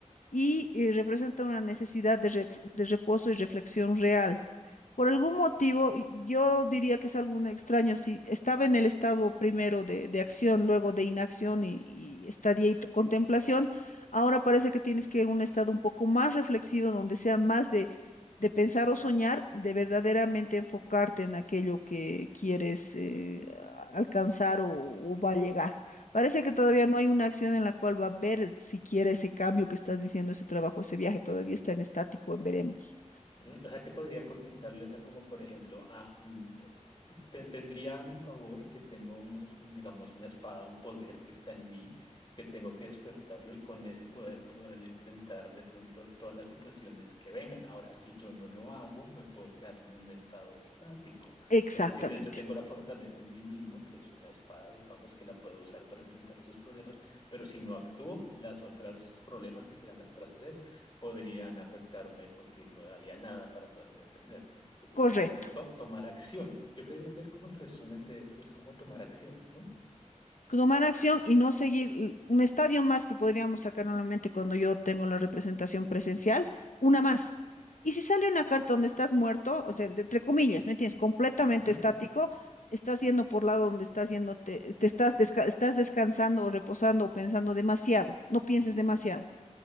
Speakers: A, on the left; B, on the left.
A: y eh, representa una necesidad de, ref- de reposo y reflexión real. Por algún motivo, yo diría que es algo extraño. Si estaba en el estado primero de, de acción, luego de inacción y, y estadía y t- contemplación, ahora parece que tienes que ir a un estado un poco más reflexivo, donde sea más de, de pensar o soñar, de verdaderamente enfocarte en aquello que quieres eh, a- alcanzar o, o va a llegar. Parece que todavía no hay una acción en la cual va a ver si quiere ese cambio que estás diciendo, ese trabajo, ese viaje, todavía está en estático, en veremos.
B: Mm, O sea, que podría contemplarlo esa como, por ejemplo, ah, mm, s- te- tendría a mi favor que tengo una, es- un, digamos, una espada, un poder que está en mí, que tengo que despertarlo y con ese poder poder enfrentar de pronto todas las situaciones que vengan. Ahora, si yo no lo hago, me puedo quedar en un estado estático.
A: Exactamente.
B: Es decir, yo tengo la fortaleza en mí mismo, que es una espada, digamos, que la puedo usar para enfrentar esos problemas, pero si no actúo, las otras problemas, que serán las otras tres, podrían afectarme porque no daría nada para poderme defender. Entonces
A: Correcto.
B: es como to- tomar acción. Yo creería que es como el resumen de esto, es como tomar acción, ¿no?
A: Tomar acción y no seguir l- un estadio más que podríamos sacar normalmente cuando yo tengo la representación presencial, una más. Y si sale una carta donde estás muerto, o sea, de- entre comillas, ¿me entiendes? Completamente
B: Ujú.
A: estático, estás yendo por lado donde estás yendo, te, te estás, desca- estás descansando o reposando o pensando demasiado, no pienses demasiado.